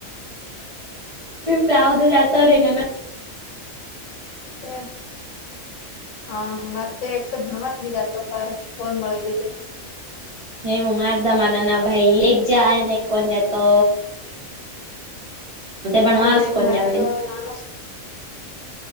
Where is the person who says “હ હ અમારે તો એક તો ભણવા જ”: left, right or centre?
Left